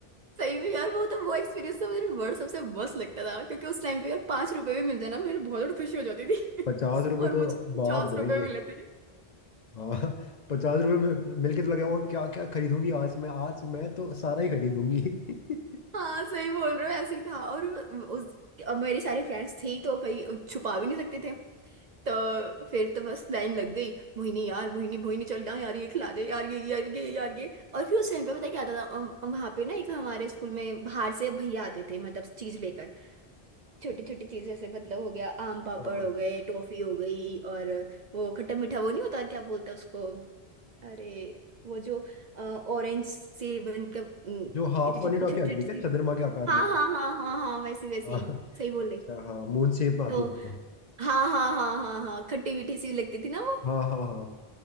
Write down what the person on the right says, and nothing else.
सही में यार वो तो वो एक्सपीरियंस तो मुझे वर्ल्ड सबसे बस लगता था क्योंकि उस टाइम पे यार पांच रुपए भी मिल जाना मेरे बहुत खुशी हो जाती थी
<laughs>
और मुझे
तो
पचास रुपए
मिले थे
हाँ सही बोल रहे हो ऐसे ही था और उस अब मेरी सारी फ्रेंड्स थी तो भाई छुपा भी नहीं सकते थे तो फिर तो बस लाइन लग गई मोहिनी यार मोहिनी मोहिनी चल जाओ यार ये खिला दे यार ये यार ये यार ये और फिर उस टाइम पे पता क्या आता था वहां पे ना एक हमारे स्कूल में बाहर से भैया आते थे मतलब चीज लेकर छोटी छोटी चीजें से मतलब हो गया आम पापड़
हो गए टॉफी हो गई और वो खट्टा मीठा वो नहीं होता क्या बोलते हैं उसको अरे वो जो ऑरेंज से बनकर अम,
इतनी छोटी
छोटी
छोटी
सी
हाँ
हाँ हाँ हाँ हाँ वैसी वैसी
सही बोले
तो
हाँ हाँ हाँ हाँ हाँ खट्टी मीठी सी लगती थी ना वो